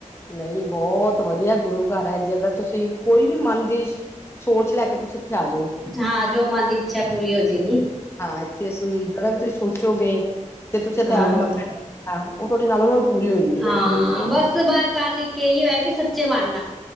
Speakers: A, on the left (about 20°); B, in the centre.
A: ਨਹੀਂ ਬਹੁਤ ਵਧੀਆ ਗੁਰੂ ਜੇ ਅਗਰ ਤੁਸੀਂ ਕੋਈ ਵੀ ਮਨ ਦੀ ਸੋਚ ਲੈ ਕੇ ਤੁਸੀਂ ਆ ਜਾਓ
B: ਹਾਂ ਜੋ ਮਨ ਦੀ ਇੱਛਾ ਪੂਰੀ ਹੋਜਏਗੀ
A: ਹਾਂ ਇੱਥੇ ਸੁਣ ਤੁਸੀਂ ਸੋਚੋਗੇ ਤੇੇ ਤੁਸੀਂ ਇੱਥੇ
B: ਹਾਂ
A: ਆਕੇ ਮੱਥਾ ਟੇਕਣਾ ਉਹ ਤੁਹਾਡੀੇ ਨਾਲੋਂ ਨਾਲ ਪੂਰੀ ਹੋ ਜਾਂਦੀ
B: ਹਾਂ
A: ਹੈ
B: ਬਸ ਬ ਗੱਲ ਇੱਕ ਇਹੋ ਇ ਕਿ <unintelligible> ਸੱਚੇ ਮਨ